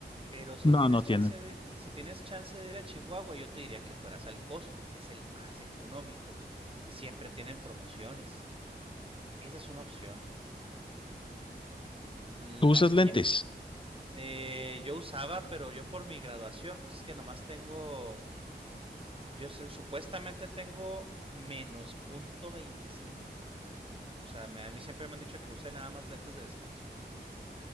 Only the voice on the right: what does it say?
pero si
tienes
chance de, si tienes chance de ir a Chihuahua, yo te diría que fueras al Costco, es el más económico y siempre tienen promociones. Esa es una opción. La
aquí
en- eh, yo usaba, pero yo por mi graduación, pues es que nomás tengo, yo sé- supuestamente tengo menos punto veinticinco. O sea, me- a mí siempre me han dicho que use nada más lentes de descanso.